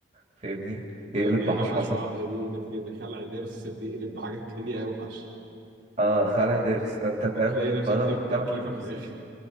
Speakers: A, on the right; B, on the right.
A: فاهمني
B: بدل
A: يقلب
B: ما
A: بحشو
B: يبقى حشو
A: عصب
B: آه، يقلب بخلع ضرس بيقلب بحاجات تانية أوي حشو
A: آه خلع ضرس انت فاهم
B: بتلاقي نفسك
A: فبدل
B: بتعمل
A: ما كنت
B: تركيبة
A: عامل حشو
B: في
A: بسيط
B: الآخر